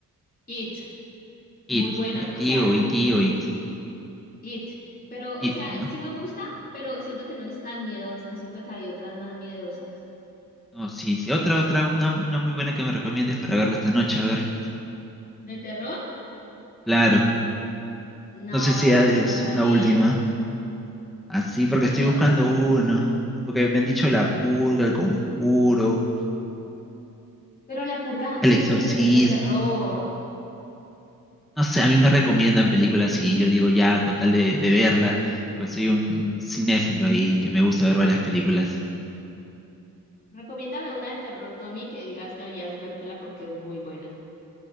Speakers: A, on the left (about 25°); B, in the centre.
A: It, muy
B: It,
A: buena,
B: it,
A: o sea,
B: o it, o it,
A: It. Pero, o
B: it,
A: sea,
B: ¿no?
A: sí me gusta, pero siento que no es tan miedosa. Siento que hay otras más miedosas.
B: No, sí, sí. Otra, otra, una, una muy buena que me recomiendes para verla esta noche. A ver,
A: ¿De terror?
B: claro.
A: No,
B: No sé si
A: de terror
B: es
A: no sabría.
B: una última. Así, porque
A: No,
B: estoy buscando
A: no sabría.
B: uno. Porque me han dicho La Purga, El Conjuro,
A: Pero La Purga, yo
B: El Exorcismo.
A: siento que no es de terror.
B: No sé, a mí me recomiendan películas y yo digo ya, con tal de, de verla, pues soy un, un cinéfilo ahí que me gusta ver varias películas.
A: Recomiéndame una de terror tú a mí que digas deberías vértela porque es muy buena.